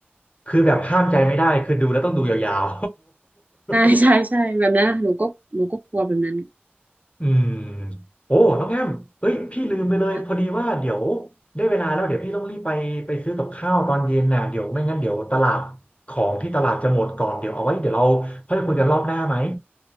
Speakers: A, on the left (about 35°); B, on the right (about 40°).
A: คือแบบห้ามใจไม่ได้คือดูแล้วต้องดูยาว
B: ใช่ใช่ใช่แบบนั้นหนูก็หนูก็กลัวแบบนั้น
A: ๆ อืมโอ้น้องแอมเอ้ยพี่ลืมไปเลยพอดีว่าเดี๋ยว
B: นะ
A: ได้เวลาแล้วเดี๋ยวพี่ต้องรีบไปไปซื้อกับข้าวตอนเย็นน่ะเดี๋ยวไม่งั้นเดี๋ยวตลาดของที่ตลาดจะหมดก่อนเดี๋ยวเอาไว้เดี๋ยวเราค่อยคุยกันรอบหน้าไหม